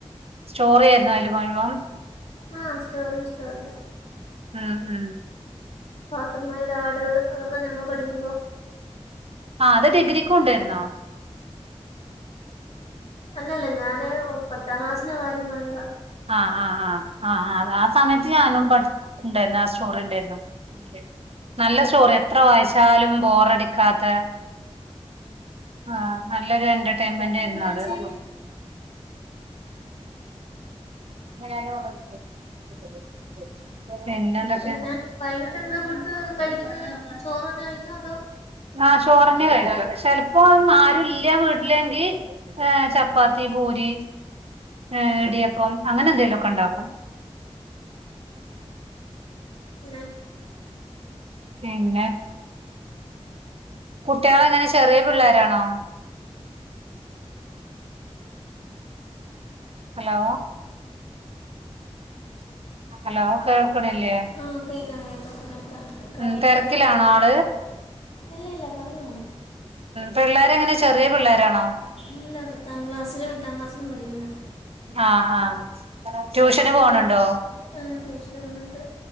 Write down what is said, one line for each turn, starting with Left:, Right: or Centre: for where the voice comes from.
Right: സ്റ്റോറി ആയിരുന്നാ അതില് മുഴുവം
Left: ആഹ് സ്റ്റോറി സ്റ്റോറി
Right: ഉം ഉം
Left: പാത്തുമ്മയുടെ ആട് അതൊക്കെ ഞങ്ങള് പഠിക്കുമ്പോ
Right: ആഹ് അത് ഡിഗ്രിക്കു ഉണ്ടായിരുന്നോ?
Left: അല്ലല്ല ഞാന് പത്താം ക്ലാസ്സിലെ കാര്യം പറഞ്ഞതാ
Right: ആഹ് ആഹ് ആഹ് ആഹ് ആഹ് ആ സമയത്ത് ഞാനും പഠി ഇണ്ടായിരുന്നു <unintelligible> സ്റ്റോറിണ്ടായിരുന്നു നല്ല സ്റ്റോറിയാ എത്ര വായിച്ചാലും ബോറടിക്കാത്ത ആഹ് നല്ലൊരു എന്റർടെയ്മെന്റായിരുന്നു
Left: എന്താ
Right: അത്.
Left: ചെയ്യുക
Right: <inaudible> <unintelligible> പിന്നെന്തൊക്കെയാ?
Left: പിന്നെ വൈകിട്ട് എന്താ ഫുഡ് കഴിക്കുന്നത് ചോറ് തന്നെ കഴിക്കോ അതോ
Right: ആഹ് ചോറന്നേ കഴിക്കാ ചെലപ്പോ ആരു ഇല്ല വീട്ടിലെങ്കീ ഏഹ് ചപ്പാത്തി, പൂരി, ഏഹ് ഇടിയ പ്പം അങ്ങനെ എന്തെങ്കിലൊക്കെ ഇണ്ടാക്കും
Left: പിന്നെ
Right: പിന്നെ കുട്ടികളെങ്ങനെ ചെറിയ പിള്ളേരാണോ? ഹലോ ഹലോ കേൾക്കണില്ലേ
Left: ആഹ് കേക്കാ കേക്കാം ഞാൻ കടയിലായതോണ്ടേ
Right: ഉം തിരക്കിലാണോ ആള്
Left: അല്ല അല്ല പറഞ്ഞോ
Right: പിള്ളേരെങ്ങനെ ചെറിയ പിള്ളേ രാണോ
Left: ഇല്ല പത്താം ക്ലാസ്സിലും എട്ടാം ക്ലാസ്സിലും പഠിക്കുന്നു
Right: ആഹ് ആഹ് ട്യൂഷന് പോണുണ്ടോ?
Left: പിന്നെ ട്യൂഷന് പോകുന്നുണ്ട്